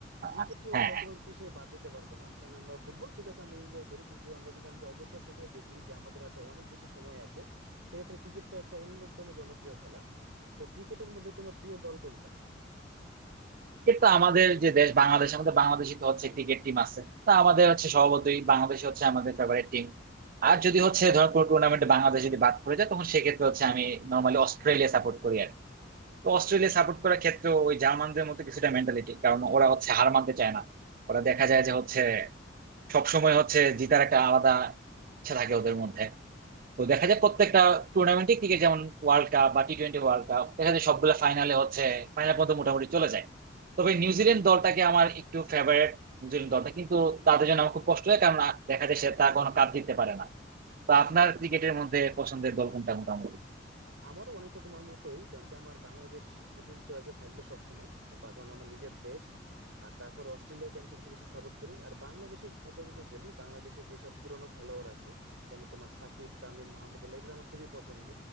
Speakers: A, on the right; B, on the right.
A: ক্রিকেটও
B: আচ্ছা হ্যাঁ
A: আমরা
B: হ্যাঁ
A: কোনো কিছু বাদ দিতে পারবো না কারণ আমরা ফুটবল ঠিক আছে আমরা এনজয় করি কিন্তু আমরা যদি আমাদের অবসর সময় দেখি যে আমাদের হাতে অনেক বেশি সময় আছে সেক্ষেত্রে ক্রিকেটটা একটা অন্যতম জনপ্রিয় খেলা তো ক্রিকেটের মধ্যে তোমার প্রিয় দল কোনটা
B: কিন্তু আমাদের যে দেশ বাংলাদেশ আমাদের বাংলাদেশই তো হচ্ছে ক্রিকেট টিম আছে তা আমাদের হচ্ছে স্বভাবতই বাংলাদেশ হচ্ছে আমাদের ফেভারিট টিম আর যদি হচ্ছে ধর কোনো টুর্নামেন্টে বাংলাদেশ যদি বাদ পড়ে যায় তখন সেক্ষেত্রে হচ্ছে আমি নর্মালি অস্ট্রেলিয়া সাপোর্ট করি আর কি। তো অস্ট্রেলিয়া সাপোর্ট করার ক্ষেত্রে ওই জার্মানদের মতো কিছুটা মেন্টালিটি কারণ ওরা হচ্ছে হার মানতে চায় না ওরা দেখা যায় যে হচ্ছে সবসময় হচ্ছে জিতার একটা আলাদা ইচ্ছা থাকে ওদের মধ্যে তো দেখা যায় প্রত্যেকটা টুর্নামেন্টে ক্রিকেট যেমন ওয়ার্ল্ড কাপ বা টি টোয়েন্টি ওয়ার্ল্ড কাপ দেখা যায় সবগুলো ফাইনালে হচ্ছে ফাইনাল পর্যন্ত মোটামুটি চলে যায় তবে নিউজিল্যান্ড দলটাকে আমার একটু ফেভারিট নিউজিল্যান্ড দলটা কিন্তু তাদের জন্য আমার খুব কষ্ট হয় কারণ আ- দেখা যায় সে তা কোনো কাপ জিততে পারে না তো আপনার ক্রিকেটের মধ্যে পছন্দের দল কোনটা মোটামুটি
A: আমারও অনেকটা তোমার মতোই কারণ কি আমার বাংলাদেশ প্রথম চয়েসে থাকবে সব সময় বা কারণ আমার নিজের দেশ আর তারপরে অস্ট্রেলিয়াকে আমি সবচেয়ে বেশি সাপোর্ট করি আর বাংলাদেশের কথা যদি বলি বাংলাদেশে যেসব পুরনো খেলোয়াড় আছে যেমন তোমার সাকিব তামিম মাহমুদুল্লাহ এদের আমার খুবই পছন্দ